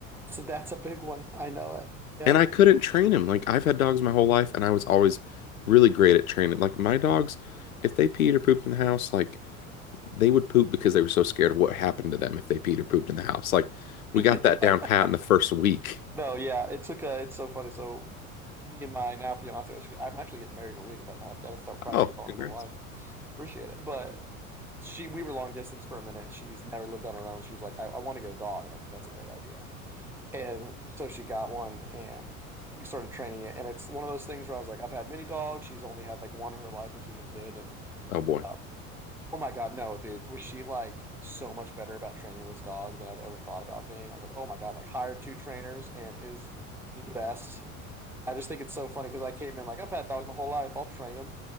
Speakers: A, in the centre; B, on the left.
A: that's a, that's a big one. I know it. Yeah.
B: And I couldn't train him. Like, I've had dogs my whole life, and I was always really great at training. Like, my dogs, if they peed or pooped in the house, like, they would poop because they were so scared of what happened to them if they peed or pooped in the house. Like, we
A: <laughs>
B: got that down pat in the first week.
A: No, yeah, it took a, it's so funny. So me and my now fiance, I am actually getting married in a week, but I've got to start practicing
B: Oh,
A: calling
B: congrats.
A: her my wife. Appreciate it. But she, we were long distance for a minute and she's never lived on her own. She's like, I, I want to get a dog. And I was like, that's a great idea. And so she got one and we started training it. And it's one of those things where I was like, I've had many dogs. She's only had like one in her life when she was a kid. And
B: Oh, boy.
A: uh, Oh my God, no, dude. Was she like so much better about training this dog than I've ever thought about being? I was like, oh my God, like hired two trainers and is the best. I just think it's so funny because I came in like, I've had dogs my whole life. I'll train them.